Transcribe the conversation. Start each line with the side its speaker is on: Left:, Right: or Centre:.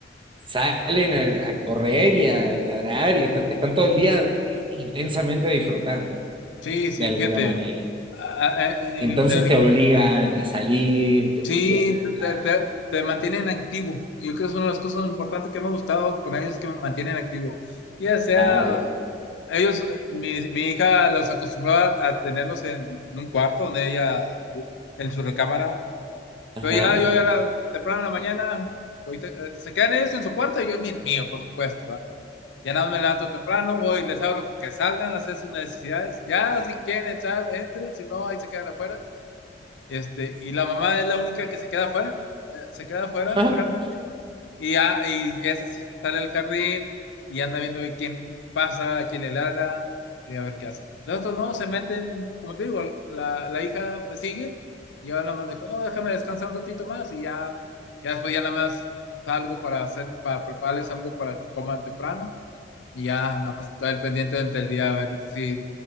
Right: salen a, a correr y a ladrar y está- están todo el día eh, intensamente disfrutando
Left: sí, sí,
Right: de alguna
Left: fíjate,
Right: manera.
Left: a- a- en,
Right: Entonces
Left: en el
Right: te obligan a salir, te
Left: Sí,
Right: obligan
Left: te, te-
Right: a...
Left: te- te mantienen activo. Yo creo que es una de las cosas importantes que me ha gustado con ellos, que me mantienen activo. Ya sea,
Right: Claro.
Left: ellos, mi, mi hija los acostumbraba a tenerlos en, en un cuarto donde ella, en su recámara.
Right: Ajá.
Left: Pero ya yo ya la, temprano en la mañana, ahorita, eh, se quedan ellos en su cuarto y yo en el mío, por supuesto, ¿va? Ya nada más me levanto temprano, voy y les abro que salgan, hacer sus necesidades. Ya, si quieren entrar, entren, si no, ahí se quedan afuera. Este, y la mamá es la única que se queda afuera, eh, se queda afuera
Right: <laughs>
Left: realmente, y ya, y esa sí se sale al jardín y anda viendo de quién pasa, a quién le ladra, y a ver qué hace. Los otros no, se meten, como te digo, la, la hija sigue, y ahora nada más dijo, no, déjame descansar un ratito más, y ya, ya después ya nada más salgo para hacer, para prepararles algo para que coman temprano, y ya nada más estar al pendiente durante el día a ver si